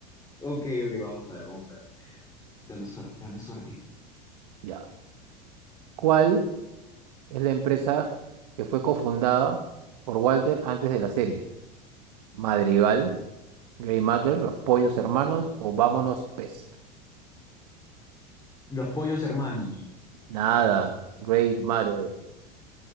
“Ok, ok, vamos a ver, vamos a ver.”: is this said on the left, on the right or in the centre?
Left